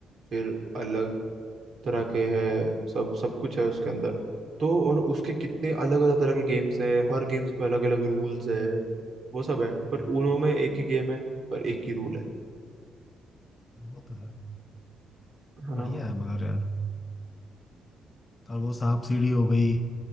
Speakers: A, on the right; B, on the left.
A: फिर अलग तरह
B: हाँ
A: के है सब सब कुछ है उसके अंदर तो और उसके कितने अलग अलग तरह के गेम्स हैं हर गेम्स में अलग अलग रूल्स है वो सब है पर
B: हाँ
A: ऊनो में एक ही गेम है और एक ही रूल है
B: वो तो है
A: है ना
B: बढ़िया है मगर यार और वो सांप सीढ़ी हो गई